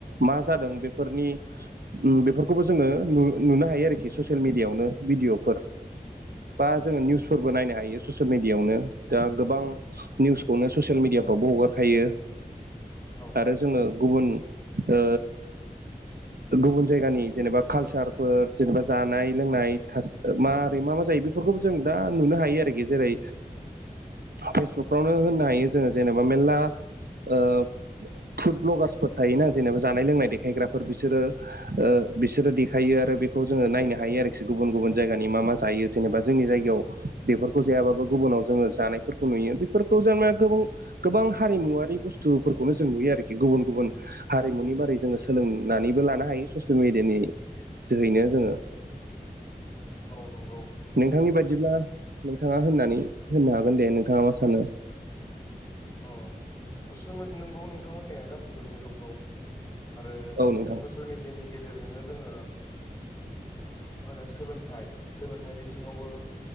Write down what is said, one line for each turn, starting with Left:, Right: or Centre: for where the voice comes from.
Right: मा जादों बेफोरनि बेफोरखौबो जोङो नुनो हायो आरोखि ससियेल मिडियआवनो भिदिअफोर बा जोङो निउसफोरबो नायनो हायो ससियेल मिडियावनो दा गोबां निउसखौनो स सियेल मिडियाफ्रावबो हगारखायो
Left: औ
Right: आरो जोङो गुबुन ओ गुबुन जायगानि जेनेबा कालसारफोर जेनेबा जानाय लोंनाय मारै मा मा जायो बे फोरखौ जों दा नुनो हायो आरोखि जेरै फेसबुकफ्रावनो होननो हायो जोङो जेनेबा मेलला ओ फुड भ्लगार्सफोर थायोना जेनेबा जानाय लोंनाय देखायग्राफोर बिसोरो ओ बिसोरो देखायो आरो बेखौ जोङो नायनो हायो आरोखि गुबुन गुबुन जायगानि मा मा जायो जेनेबा जोंनि जायगायाव बेफोरखौ जायाबाबो गुबुनाव जोङो जानायफोरखौ नुयो बेफोरखौ जोंबो गोबां गोबां हारिमुवारि बुस्थुफोरखौनो जों नुयो आरोखि गुबुन गुबुन हारिमुनि बारै जोङो सोलोंनानैबो लानो हायो ससियेल मिडियानि जोहैनो जोङो <inaudible>
Left: औ नंगौ
Right: नोंथांनि बायदिब्ला नोंथाङा होननानै होननो हागोन दे नोंथाङा मा सानो
Left: अ ससियेल नंगौ नोंथांहोननाया गासिबो नुजोबगौ आरो जों
Right: औ नोंथां
Left: ससियेल मि नि गेजेरजोंनो जोङो मा होनो सोलोंथाइ सोलोंथाइ बिथिङावबो